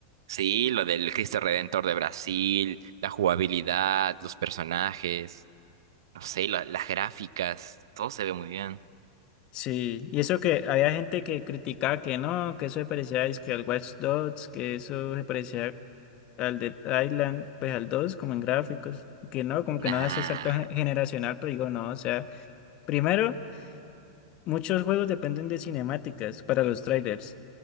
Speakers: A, on the right (about 70°); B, on the left (about 40°).
A: Sí, lo del Cristo Redentor de Brasil, la jugabilidad, los personajes, no sé, la- las gráficas, todo se ve muy bien.
B: Sí, y eso que había gente que criticaba que no, que eso se parecía es que al Watch Dogs, que eso se parecía al Dead Island, pues al 2 como en gráficos, y que no, como que
A: Nah,
B: no hace salto gen- generacional, pero digo no, o sea, primero, muchos juegos dependen de cinemáticas para los trailers,